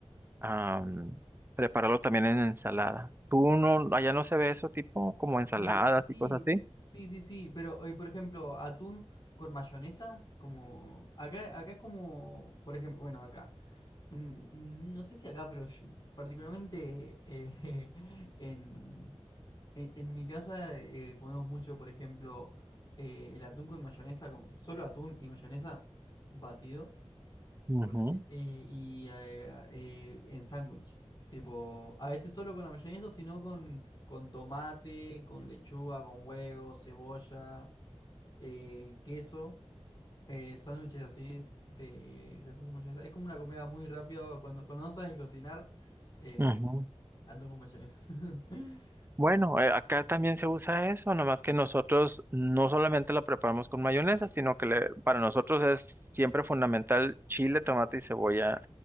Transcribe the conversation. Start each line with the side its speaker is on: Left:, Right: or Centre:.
Right: am, prepararlo también en ensalada. ¿Tú no, allá no se ve eso tipo como ensaladas
Left: Eh, sí,
Right: y cosas así?
Left: sí, sí, sí, pero eh, por ejemplo, atún con mayonesa, como acá, acá es como, por ejemplo, bueno, acá, mm, mm, no sé si acá, pero yo- particularmente eh, <laughs> en, en, en mi casa eh, comemos mucho, por ejemplo, eh, el atún con mayonesa, como solo atún y mayonesa batido.
Right: Ujú,
Left: por así, y, y, eh, eh, en sándwich. Tipo, a veces solo con la mayonesa, sino con, con tomate, con lechuga, con huevo, cebolla, eh, queso, eh, sándwiches así de, de atún con mayonesa. Es como una comida muy rápida cuando, cuando no sabes cocinar, eh,
Right: ujú.
Left: atún con mayonesa. <laughs>
Right: Bueno, eh, acá también se usa eso, nomás que nosotros no solamente la preparamos con mayonesa, sino que le- para nosotros es siempre fundamental chile, tomate y cebolla